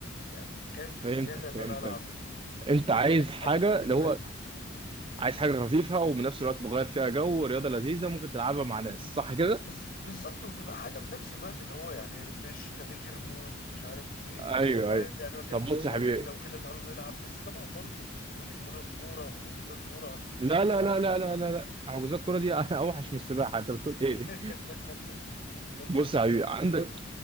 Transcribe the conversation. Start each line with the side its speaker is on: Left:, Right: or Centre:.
Left: يعني كافي
Right: فهمتك
Left: زياده ان
Right: فهمتك
Left: انا العب ال...
Right: انت عايز
Left: عايز
Right: حاجه
Left: حاجه خفيفه
Right: اللي هو عايز حاجه خفيفه وبنفس الوقت بغير فيها جو رياضه لذيذه ممكن تلعبها مع ناس صح كده
Left: بز- بالظبط وتبقى حاجه في نفس الوقت اللي هو يعني ريفريش تغيير مود مش عارف ايه
Right: ايوه
Left: فاهم
Right: ايوه
Left: يعني بكلم
Right: طب بص
Left: صحابي
Right: يا حبيبي
Left: لو كده تعالوا نلعب بس طبعا برضو ما تجيش تقول لي كوره كوره وحجوزات كوره عشان زهقت
Right: لا لا لا لا لا لا لا حجوزات الكوره دي <laughs> اوحش من السباحه انت بتقول
Left: <laughs>
Right: ايه
Left: طب قول
Right: بص
Left: لي
Right: يا حبيبي
Left: طيب
Right: عندك